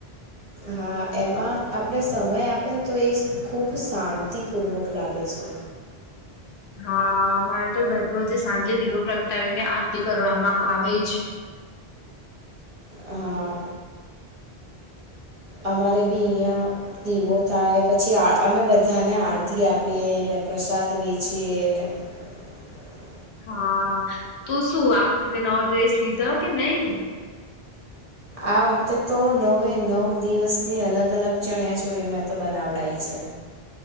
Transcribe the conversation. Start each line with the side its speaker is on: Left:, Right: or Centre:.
Right: હા એમાં આપણે સમય આપે ને તો એ ખૂબ શાંતિપૂર્વક લાગે છે.
Left: હા અમારે તો દરરોજ સાંજે દીવો પ્રગટાવીને આરતી કરવામાં આવે જ
Right: હા. અમારે બી અહીંયા. દીવો થાય પછી આ અમે બધાને આરતી આપીએ ને પ્રસાદ વેચીએ ને <inaudible>
Left: હા તું શું આ વખતે નવો ડ્રેસ લીધો કે નહી.
Right: આ વખતે તો નવે નવ દિવસની અલગ અલગ ચણિયા ચોરી મેં તો બનાવડાય છે.